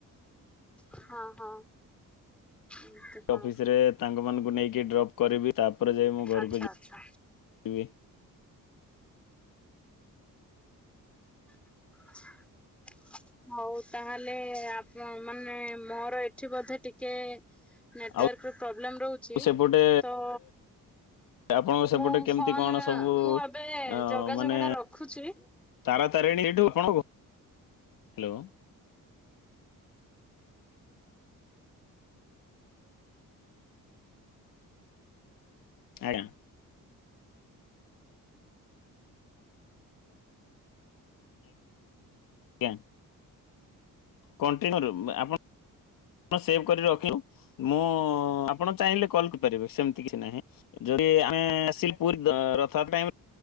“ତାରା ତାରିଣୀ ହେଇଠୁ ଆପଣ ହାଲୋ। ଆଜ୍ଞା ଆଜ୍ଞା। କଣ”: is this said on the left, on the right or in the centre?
Left